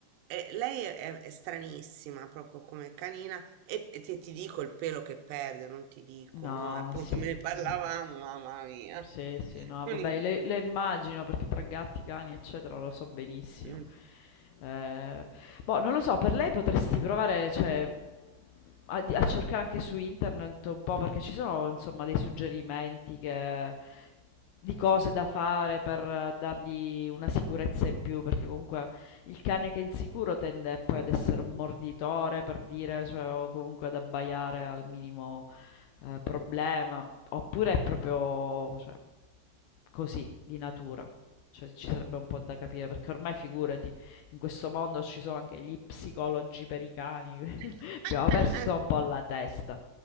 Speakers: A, on the right; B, on the left.
A: è- lei è, è stranissima proprio come canina e, e ti, ti dico il pelo che perde, non ti dico,
B: No,
A: no? eh, Appunto
B: sì.
A: me ne parlavamo,
B: Allora.
A: mamma mia.
B: Sì, sì, no,
A: Uni-
B: vabbè, le, le immagino perché tra gatti, cani, eccetera, lo so benissimo.
A: Mm.
B: Eh, boh, non lo so, per lei potresti provare, cioè, a, di- a cercare anche su internet un po' perché ci sono, insomma, dei suggerimenti che, di cose da fare per eh, dargli una sicurezza in più, perché comunque il cane che è insicuro tende poi ad essere un morditore, per dire, cioè, o comunque ad abbaiare al minimo eh, problema Oppure è proprio, cioè, così, di natura. Cioè, ci sarebbe un po' da capire, perché ormai figurati, in questo mondo ci sono anche gli psicologi per i cani. <laughs>
A: <laughs>
B: Abbiamo perso un po' la testa.